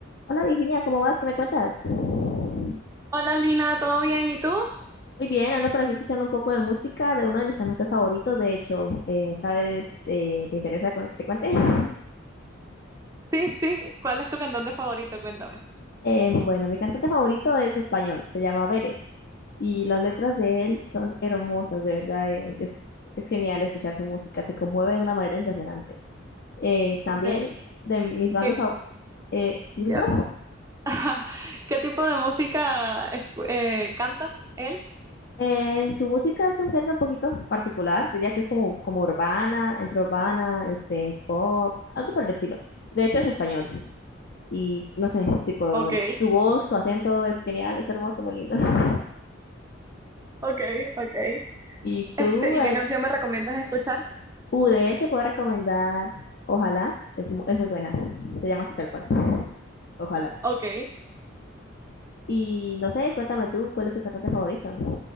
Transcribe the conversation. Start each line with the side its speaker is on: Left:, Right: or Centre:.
Left: Hola Virginia, ¿cómo vas? ¿Qué me cuentas? Muy
Right: Hola Lina, ¿todo bien? ¿Y tú?
Left: bien, ando por aquí escuchando un poco de música de uno de mis cantantes favoritos, de hecho, eh, ¿sabes? Eh, ¿te interesa con- que te cuente? <laughs>
Right: Sí, sí. ¿Cuál es tu cantante favorito? Cuéntame.
Left: Eh, bueno, mi cantante favorito es español, se llama Beret, y las letras de él son hermosas, de verdad, eh, es, es genial escuchar su música, te conmueve de una manera impresionante. Eh, también
Right: Ok.
Left: de mis bandas
Right: ¿Qué,
Left: favoritas, eh, ¿disculpa?
Right: ya. <laughs> ¿Qué tipo de música escu- eh, canta él?
Left: Eh, su música es un género un poquito particular, diría que es como, como urbana, entre urbana, este, pop, algo por el estilo. De hecho es español y no sé, tipo,
Right: Ok.
Left: su voz, su acento es genial, es hermoso, muy lindo. <laughs>
Right: Ok, ok.
Left: Y tú,
Right: Este, ¿y
Left: eh,
Right: qué canción me recomiendas escuchar?
Left: U de él te puedo recomendar, ojalá, es, mu- es muy buena, se llama así tal cual, ojalá.
Right: Ok.
Left: Y no sé, cuéntame tú, ¿cuál es tu cantante favorito?